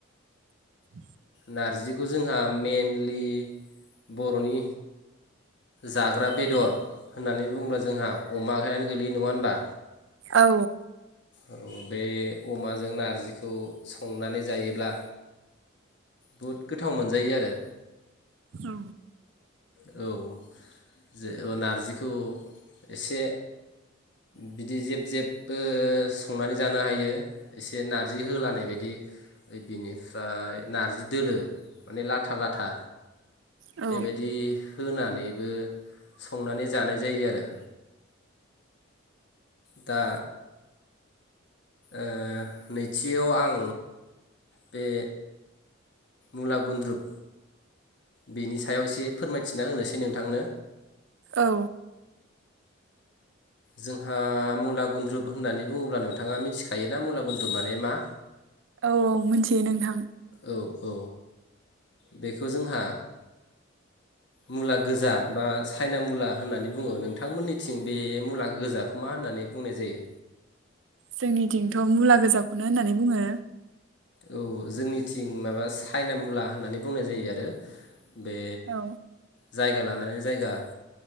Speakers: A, on the right (about 65°); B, on the left (about 55°).
A: लांदां
B: नारजिखौ जोंहा मइेनलि बर'नि जाग्रा बेदर होननानै बुङोब्ला जोंहा अमायानो गोलैयो नङा होनबा?
A: औ।
B: औ बे अमाजों नारजिखौ संनानै जायोब्ला बहुद गोथाव मोनजायो आरो।
A: औ।
B: औ। जे ओ नारजिखौ एसे बिदि जेब जेबबो संनानै जानो हायो एसे नार्जि होलानाय बायदि बिनिफ्राय नार्जि दोलो माने लाथा लाथा
A: औ
B: बेबायदि होनानै बो संनानै जानाय जायो आरो। दा ओ नैथियाव आं बे मुला गुन्द्रुुब बेनि सायाव एसे फोरमायथिना होनोसै नोंथांनो।
A: औ
B: जोंहा मुला गुन्द्रुुब होननानै बुङोब्ला नोंथाङा मिथिखायोना मुला गुन्द्रु माने मा?
A: औ औ मोनथियो नोंथां।
B: औ औ बेखौ जोंहा मुला गोजा बा चायना मुला होननानै बुङो नोंथांमोननिथिं बे मुला गोजाखौ मा होननानै बुंनाय जायो।
A: जोंनि थिंथ मुला गोजाखौनो होननानै बुङो।
B: औ जोंनिथिं माबा चाइना मुला होननानै बुंनाय जायो आरो। बे
A: औ
B: जायगा लान नानै जायगा